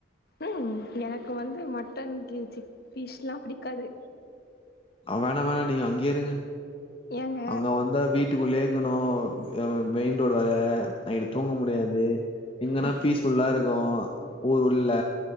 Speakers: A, on the left; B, on the left.
A: ம் எனக்கு வந்து மட்டன் சிக் பிஷ்லா பிடிக்காது
B: வேணா வேணா நீங்க அங்கேயே இருங்க
A: ஏங்க
B: அங்க வந்தா வீட் டுக்குள்ளேருக்கணு மெயின் ரோடு வேற நைட்டு தூங்க முடியாது இங்கன்னா
A: அப்
B: பீஸ் ஃபுல்லா இருக்கு ஊர் உள்ள